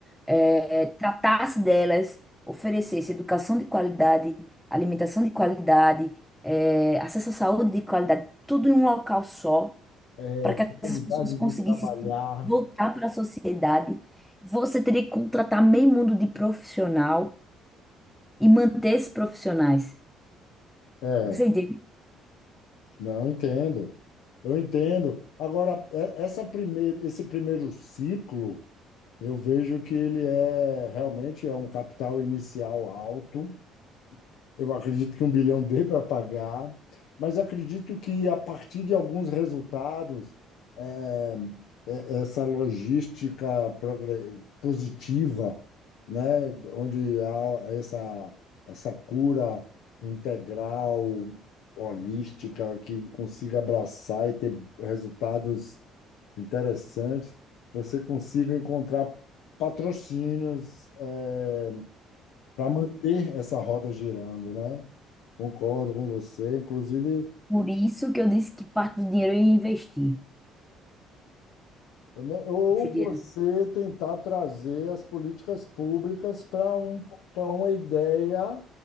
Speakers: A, in the centre; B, on the left.
A: eh, tratasse delas, oferecesse educação de qualidade, alimentação de qualidade, eh, acesso à saúde de qualidade, tudo em um local só,
B: é,
A: para
B: é, oportunidade
A: que essas pessoas conseguissem
B: de trabalhar.
A: se voltar para a sociedade. Você teria que contratar meio mundo de profissional e manter esses profissionais.
B: É,
A: Você entende?
B: não entendo. Eu entendo. Agora, é- essa primeira, esse primeiro ciclo, eu vejo que ele é realmente é um capital inicial alto Eu acredito que um bilhão dê para pagar, mas acredito que a partir de alguns resultados, eh, eh, essa logística progre- positiva, né, onde há essa, essa cura integral, holística, que consiga abraçar e ter resultados interessantes, você consiga encontrar patrocínios, eh, para manter essa roda girando, né? Concordo com você. Inclusive,
A: Por isso que eu disse que parte do dinheiro eu ia investir.
B: né, ou
A: Esse dinheiro.
B: você tentar trazer as políticas públicas para um, para uma ideia